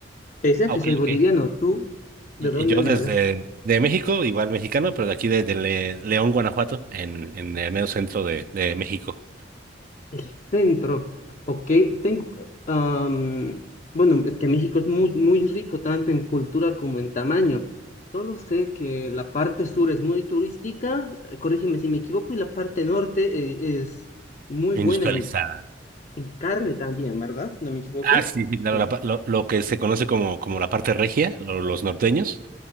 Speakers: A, on the left; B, on the right.
A: Pese a
B: Ah,
A: que
B: ok,
A: soy boliviano,
B: ok.
A: ¿tú de
B: Y
A: dónde
B: y yo
A: me
B: desde
A: hablas?
B: de México, igual mexicano, pero de aquí de, de Le- León, Guanajuato, en, en el medio centro de, de México,
A: El centro. Ok, tengo... am, bueno, es que México es muy, muy rico tanto en cultura como en tamaño. Solo sé que la parte sur es muy turística, eh, corrígeme si me equivoco, y la parte norte eh, es muy
B: industrializada.
A: buena en En carne también, ¿verdad? Si no me equivoco.
B: Ah, sí, sí, claro,
A: ¿O
B: la
A: no?
B: pa- lo, lo que se conoce como, como la parte regia, o los norteños.